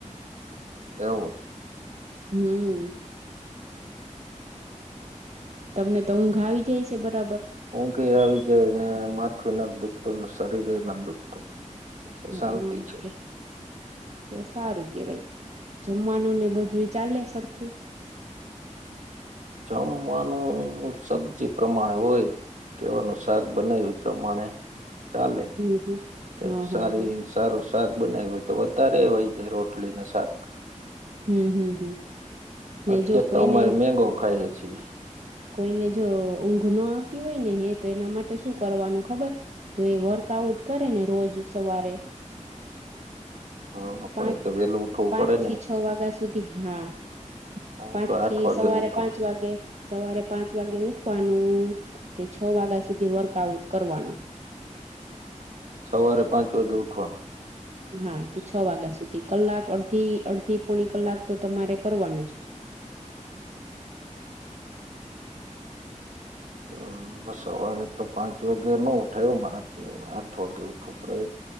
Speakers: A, on the right; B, on the right.
A: એવું છે.
B: હમ. તમને તો ઊંઘ આવી જાય છે બરાબર.
A: ઊગે આવી જાય ને માથુ નથી દુખતું શરીરે નથી દુખતું.
B: હ
A: શાંતિ છે
B: હ તો સારું કેવાય જમવાનું ને બધું એ ચાલે સરખું.
A: જમવાનું સબ્જી પ્રમાણે હોય. કેવાનું શાક બનાવી પ્રમાણે ચાલે
B: હમ હમ
A: કેક
B: હા
A: સારી.
B: હા હા
A: સારું શાક બનાવ હોય તો વધારે હોય જ રોટલી ને શાક.
B: હમ હમ હમ. ને
A: અત્યારે
B: જો કોઈને
A: તો અમારે મેગો ખાઈએ છીએ.
B: કોઈને જો ઊંઘ ન આવતી હોય ને હે તો એના માટે શું કરવાનું ખબર જો એ વર્કઆઉટ કરે ને રોજ સવારે
A: હા
B: પાંચ
A: પણ એ તો વેલું ઉઠવું
B: પાંચ
A: પડે
B: થી
A: ને
B: છ વાગ્યા સુધી હા.
A: હું
B: પાંચ
A: તો
B: થી
A: આઠ વાગે
B: સવારે
A: ઉઠું
B: પાંચ વાગે સવારે પાંચ વાગે ઉઠવાનું તે છ વાગ્યા સુધી વર્કઆઉટ કરવાનું.
A: સવારે પાંચ વાગે ઉઠવાનું.
B: હા તે છ વાગ્યા સુધી કલાક અડધી અડધી પોણી કલાક તો તમારે કરવાનું જ.
A: હ હા સવારે તો પાંચ વાગે ન ઉઠાયું મરા આઠ વાગે ઉઠવું પડે.